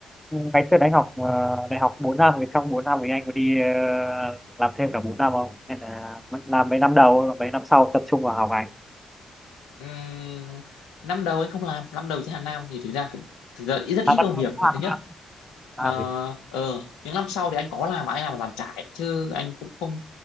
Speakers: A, in the centre; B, on the left (about 80°).
A: ngày xưa anh học ờ, đại học 4 năm thì trong 4 năm thì anh có đi ờ, làm thêm cả 4 năm không hay là làm mấy năm đầu mấy năm sau tập trung vào học hành
B: Ừm, năm đầu anh không làm năm đầu trên Hà Nam thì thực ra cũng thực ra ít- rất ít
A: à, bắt
B: công
A: đầu
B: việc
A: qua
B: và thứ nhất
A: năm
B: ờ
A: ba thì
B: ờ, những năm sau thì anh có làm mà anh làm giàn trải chứ anh cũng không